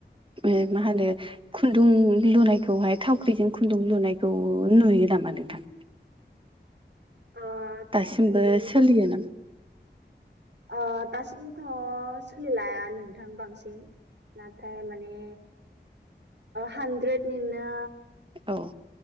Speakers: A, on the right; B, on the right.
A: ओ मा होनो खुन्दुं लुनायखौहाय थावख्रिजों खुन्दुं लुनायखौ नुयो नामा नोंथां
B: ओ
A: दासिमबो
B: थावख्रिजों
A: सोलियो
B: खुन्दुं
A: नामा
B: आ दासिमथ सोलिलाया नोंथां बांसिन नाथाय माने हानद्रेदनिनो
A: औ